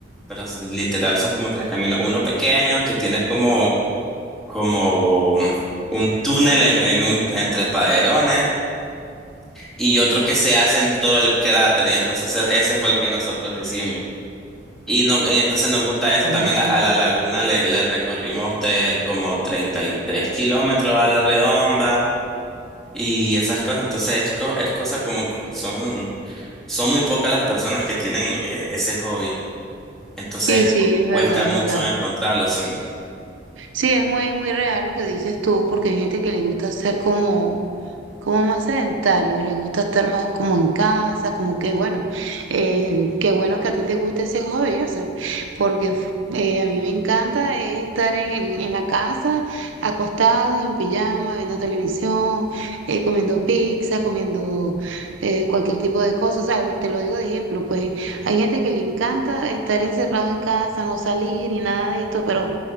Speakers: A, in the centre; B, on the right.
A: pero s- literal son como tres caminos. Uno pequeño que tiene como, como un túnel en, en un- entre paderones y otro que se hace en todo el cráter y entonces e- ese fue el que nosotros hicimos. Y, no, y entonces nos gusta eso,
B: Está
A: también
B: muy bien.
A: a, a la laguna le, le recorrimos tres, como 33 kilómetros a la redonda. y esas cosas. Entonces es, co- es cosa como que son, son muy pocas las personas que tienen eh, ese hobby. Entonces
B: Sí, sí, es verdad,
A: cuesta
B: es
A: mucho
B: verdad.
A: encontrarlo. Sí,
B: Sí, es muy, muy real lo que dices tú, porque hay gente que le gusta ser como, como más sedentario, le gusta estar más como en casa, como que bueno, eh, qué bueno que a ti te guste ese hobby, yo sé, porque f- eh, a mí me encanta es estar en, el- en la casa, acostado, en pijama, viendo televisión, eh, comiendo pizza, comiendo eh, cualquier tipo de cosas, o sea, te lo digo de ejemplo, pues hay gente que le encanta estar encerrado en casa, no salir y nada de esto, pero...